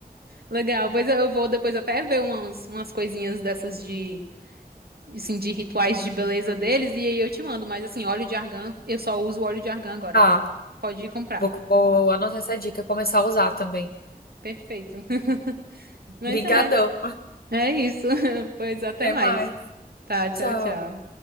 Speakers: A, on the right; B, on the left.
A: Legal. Pois eu vou depois até ver umas, umas coisinhas dessas de, assim, de rituais de beleza deles. E aí eu te mando. Mas assim, óleo de argan, eu só uso óleo de argan agora.
B: Tá,
A: Pode ir comprar.
B: vou, vou anotar essa dica e começar a usar também.
A: Perfeito. <laughs> Mas
B: Brigadão.
A: é. É isso. <laughs> Pois até
B: Até
A: mais.
B: mais.
A: Tá, tchau,
B: Tchau.
A: tchau.